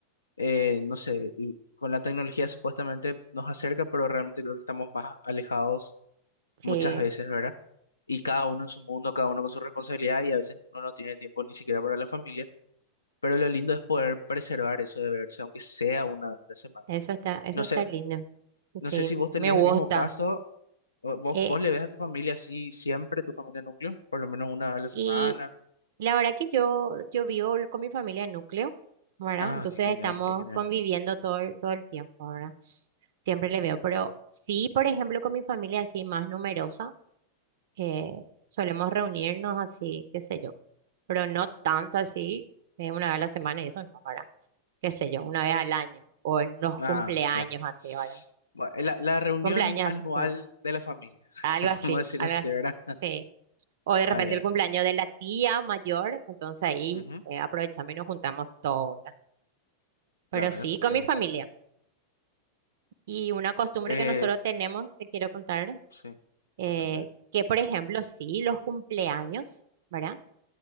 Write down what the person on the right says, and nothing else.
Sí,
eso está, eso
está
lindo.
Sí,
me gusta.
Eh,
y la verdad que yo, yo vivo con mi familia en núcleo, ¿verdad?
Entonces
estamos
conviviendo todo, el- todo el tiempo, ¿verdad? Siempre le veo. Pero sí, por ejemplo, con mi familia así más numerosa. eh, solemos reunirnos así, qué sé yo, pero no tanto así, eh, una vez a la semana y eso no, ¿verdad? Qué sé yo, una vez al año o en los
cumpleaños
así, ¿verdad?
Cumpleaños
así, sí,
algo así,
algo
así,
sí. O de
repente
el cumpleaños de la tía mayor, entonces ahí
eh, aprovechamos y nos juntamos todos, ¿verdad? Pero
sí,
con mi familia. Y una costumbre
que nosotros tenemos, te quiero contar,
eh,
que por ejemplo, sí, los cumpleaños, ¿verdad?